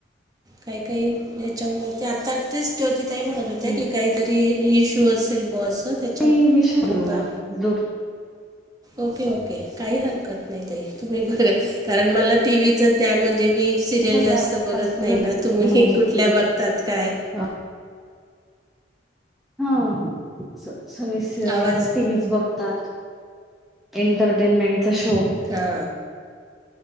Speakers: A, on the right (about 20°); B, in the centre.
A: काही काही याच्यामुळे ते आता तेच ज्योतिताई म्हणत होत्या,
B: हम्म
A: की काहीतरी इश नसेल मग असं त्याच्यावर
B: ते विषय बोलूया
A: हा.
B: दूर
A: ओके ओके काही हरकत नाही ताई. तुम्ही बघ कारण मला टीव्हीचं ज्ञान म्हणजे मी सिरियल
B: सगळ्या
A: जास्त बघत
B: कसं
A: नाही
B: घरी
A: ना तुम्ही
B: म्हणजे
A: कुठल्या
B: की
A: बघ त्यात काय
B: अ, हा सगळेच
A: आवाज
B: टीव्हीच बघतात. एंटरटेनमेंटचा शो.
A: हा.